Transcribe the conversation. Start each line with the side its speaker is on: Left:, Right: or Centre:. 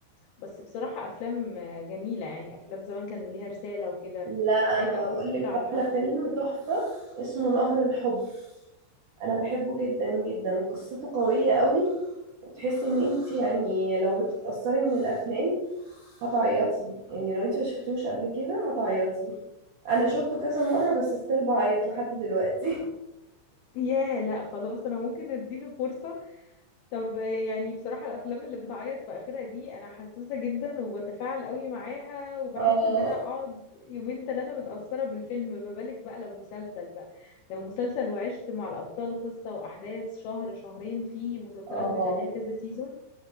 Left: بس بصراحة افلام آه، جميلة يعني افلام زمان كان ليها رسالة وكده
Right: لا
Left: بحب
Right: انا هقول
Left: قوي صغيرة
Right: لك
Left: على
Right: بقى
Left: الحب
Right: على فيلم تحفة اسمه نهر الحب انا بحبه جدا جدا قصته قوية قوي وتحسي ان انت يعني لو بتتأثري من الافلام هتعيطي يعني لو انت ما شفتوش قبل كده هتعيطي انا شفته كذا مرة بس ستيل بعيط لحد دلوقتي
Left: ياه لا خلاص انا ممكن اديله فرصة طب يعني بصراحة الأفلام اللي بتعيط في آخرها دي أنا حساسة جدا وبتفاعل قوي معاها
Right: <laughs>
Left: وبحس
Right: اه
Left: إن أنا أقعد يومين ثلاثة متأثرة بالفيلم ما بالك بقى لو مسلسل بقى لو مسلسل وعشت مع الأبطال قصة وأحداث شهر شهرين في مسلسلات
Right: اه
Left: بيبقى لها كذا سيزون